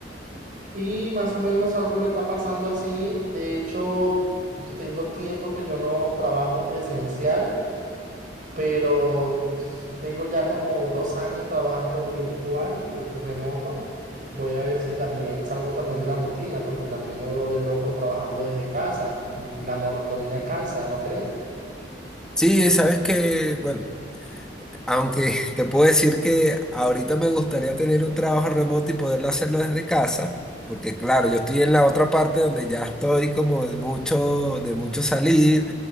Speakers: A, on the right (about 45°); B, in the centre.
A: Sí, más o menos algo me está pasando así. De hecho, tengo tiempo que yo no trabajo presencial, pero tengo ya como dos años trabajando virtual, de, de remoto. Voy a ver si también salgo también de la rutina, porque también me voy a volver loco trabajando desde casa. Mm, La monotonía cansa, ¿no crees?
B: Sí, sabes que, bueno, aunque <laughs> te puedo decir que ahorita me gustaría tener un trabajo remoto y poderlo hacerlo desde casa, porque claro, yo estoy en la otra parte donde ya estoy como de mucho, de mucho salir,